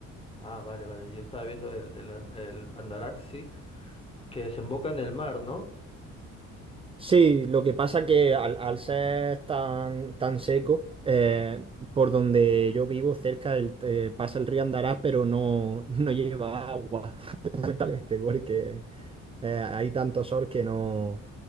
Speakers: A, on the left (about 20°); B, on the right (about 20°).
A: Ah, vale, vale, yo estaba viendo el, el, an- el Andarax, sí, que desemboca en el mar, ¿no?
B: Sí, lo que pasa que al, al ser tan, tan seco, eh, por donde yo vivo cerca el- eh, pasa el río Andarás, pero no, <laughs> no lleva agua, <laughs> lamentablemente, porque eh, hay tanto sol que no,